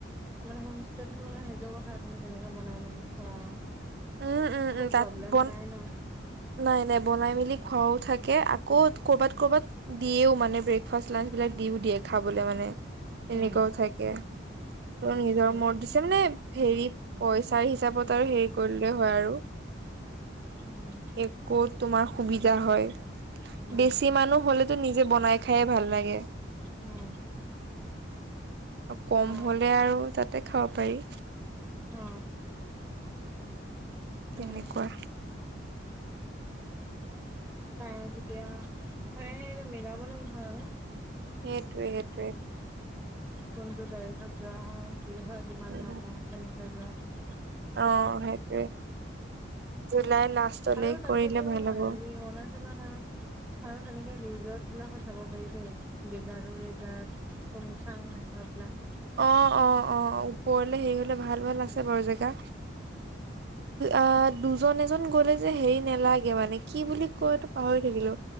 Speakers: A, in the centre; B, on the right (about 55°).
A: হম <unintelligible> নিজৰ কথা তুমি যেনেকে বনাই মেলি খোৱা
B: উম উম
A: একো
B: উম তাত
A: প্ৰব্লেম
B: বন
A: নাই ন
B: নাই নাই বনাই মেলি খোৱাও থাকে আকৌ কৰ'বাত কৰ'বাত দিয়েও মানে ব্ৰেকফাষ্ট লাঞ্চ <unintelligible> বিলাক দিও দিয়ে খাবলৈ মানে এনেকোৱাও
A: উম
B: থাকে তোৰ নিজৰ
A: উম
B: <unintelligible> <unintelligible> নে হেৰিত পইচাৰ হিচাপত আৰু হেৰি কৰিলে হয় আৰু
A: উম
B: একো তোমাৰ সুবিধা হয়
A: উম
B: বেছি মানুহ হলেতো নিজে বনাই খাইয়ে ভাল লাগে
A: উম
B: আৰু কম
A: অ
B: হলে আৰু তাতে খাব পাৰি
A: অ
B: তেনেকুৱা
A: উম <unintelligible> এনে মিলাব লাগিব আৰু
B: সেইটোৱে সেইটোৱে
A: কোনটো তাৰিখত যোৱা হয় কি হয় কিমান
B: উম,
A: মানুহ কেনেকে যোৱা হয়
B: অ সেইটোৱে জুলাই লাষ্টলে
A: আৰু তাৰপিছতো
B: কৰিলে ভাল হ'ব।
A: হেৰি অনাই <unintelligible> আৰু তেনেকে ৰিজৰ্ট বিলাকত যাব পাৰি দেই লিগাৰু ৰিজৰ <unintelligible> এনেকুৱা বিলাক
B: অ', অ', অ', পৰলে হেৰি হলে ভাল ভাল আছে বাৰু জেগা। আ দুজন এজন গলে যে হেৰি নেলাগে মানে কি বুলি কয়টো পাহৰি থিলো